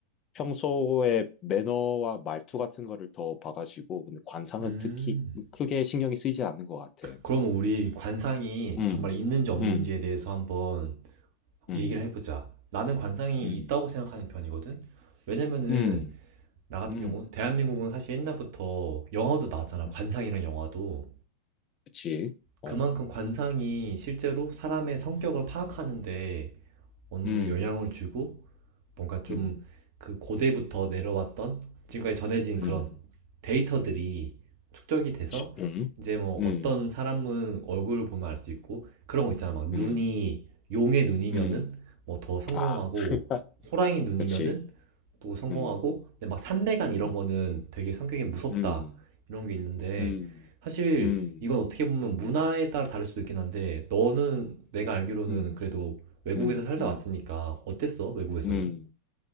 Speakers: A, on the left; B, on the right.
A: 평소에 매너와 말투 같은 거를 더 봐가지고, 근데 관상은
B: 음.
A: 특히 크게 신경이 쓰이지 않는 것 같아.
B: 그러면 우리 관상이
A: 음,
B: 정말 있는지 없는지에
A: 음,
B: 대해서 한번
A: 음,
B: 얘기를 해보자. 나는 관상이
A: 음,
B: 있다고 생각하는 편이거든. 왜냐면은
A: 음,
B: 나 같은
A: 음,
B: 경우 대한민국은 사실 옛날부터 영화도 나왔잖아.
A: 음.
B: 관상이랑 영화도.
A: 그치? 어,
B: 그만큼 관상이 실제로 사람의 성격을 파악하는데 어느 정도
A: 음,
B: 영향을 주고 뭔가 좀
A: 음,
B: 그 고대부터 내려왔던 지금까지 전해진 그런
A: 음.
B: 데이터들이 축적이 돼서
A: 치- 음,
B: 이제 뭐
A: 음,
B: 어떤 사람은 얼굴을 보면 알 수 있고 그런 거 있잖아. 막 눈이
A: 음,
B: 용의 눈이면은
A: 음,
B: 뭐 더 성공하고
A: 아, <laughs>
B: 호랑이 눈이면은
A: 그치,
B: 또 성공하고
A: 음,
B: 근데 막 삼배간 이런
A: 음,
B: 거는 되게 성격이 무섭다
A: 음,
B: 이런 게 있는데
A: 음,
B: 사실
A: 음,
B: 이건 어떻게 보면 문화에 따라 다를 수도 있긴 한데 너는 내가 알기로는
A: 음,
B: 그래도 외국에서
A: 음,
B: 살다
A: 음,
B: 왔으니까 어땠어? 외국에서는?
A: 음.